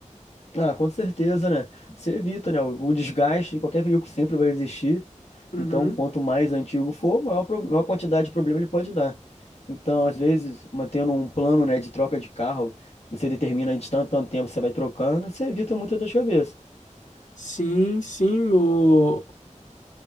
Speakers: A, on the left (about 55°); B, on the left (about 70°).
A: Ah, com certeza, né? Você evita, né? O o desgaste de qualquer veículo sempre vai existir.
B: Uhum.
A: Então, quanto mais antigo for, maior, pro- maior quantidade de problema ele pode dar. Então, às vezes, mantendo um plano, né, de troca de carro, você determina de tanto, tanto tempo você vai trocando, você evita muita dor de cabeça.
B: Sim, sim, o,